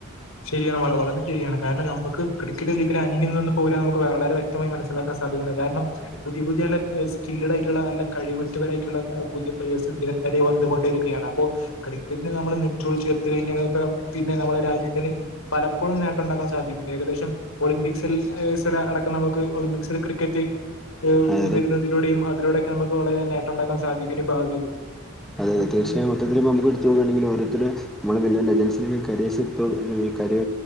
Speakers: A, on the left; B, in the centre.
A: ശരിയാണ് വ വളരെ ശരിയാണ് കാരണം ന്നമ്മക്ക് ക്രിക്കറ്റ്ലും അന്യം നിന്ന് പോവില്ലന്ന് നമുക്ക് വളരെ വ്യക്ത വ്യക്തമായി മനസ്സിലാക്കാൻ സാധ്യതഉണ്ട് കാരണം
B: അല്ലേ
A: പുതിയ പുതിയ സ് ചില്ല്ട് ആയിട്ടുള്ള നല്ല കഴിവെുത്തവരായിട്ടുള്ള പുതിയ പ്ലേസ് നിരന്തരം വന്നുകൊണ്ടിരിക്കുകയാണ് അപ്പോ ക്രി പിന്നെ നമ്മള് നെഞ്ചോട് ചേർത്ത് കഴിഞ്ഞ <unintelligible> പിന്നെ നമ്മളെ രാജ്യത്തിന് പലപ്പോഴും നേട്ടണ്ടാക്കാൻ സാധിക്കണ്ട് ഏകദേശം ഒളിമ്പിക്സിൽ <unintelligible> അടക്കം നമുക്ക് ഒളിമ്പിക്സിൽ ക്രിക്കറ്റ് <unintelligible>
B: അതായത്
A: ഇനി വരുന്നതിലൂടെയും
B: അതെ
A: അതിലൂടെയക്കെ നമുക്ക് വളരെ നേട്ടോണ്ടാക്കാൻ സാധിക്കും ഇനി ഭാവിയില്
B: അതേ തീർച്ചയായും മൊത്തത്തിൽഇപ്പൊ നമുക്ക് എടുത്ത്പോകയാണെങ്കിൽ ഓരോരുത്തരു നമ്മളെ <unintelligible> കാരെസ <unintelligible> കരിയർ